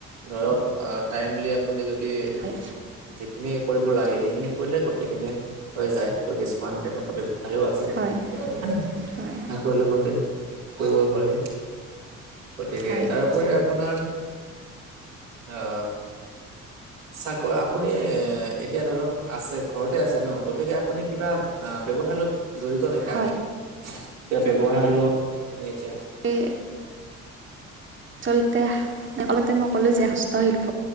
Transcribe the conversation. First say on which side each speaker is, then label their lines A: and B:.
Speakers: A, on the right (about 80°); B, on the right (about 30°).
A: ধৰক টাইম বুলি আপুনি যদি
B: হয়
A: যিখিনি কৰিব লাগে সেইখিনি কৰিলে গোটেইখিনি হৈ যায়, ত' কিছুমান তেনেকুৱা বে পাইও আছে,
B: হয়
A: <unintelligible>
B: হয়
A: লগতে কৰিব পাৰে। গতিকে,
B: হয়
A: তাৰোপৰি আপোনাৰ, অ চাক আপুনি এতিয়া ধৰক আছে ঘৰতে আছে ন, গতিকে আপুনি কিবা আ ব্যৱসায় লগত জঢ়িত নেকি
B: হয়
A: আপুনি, কিবা ব্যৱসায় <unintelligible> লগত আপুনি এতিয়া
B: এ আচলতে <unintelligible> মই ক'লো যে হস্তশিল্প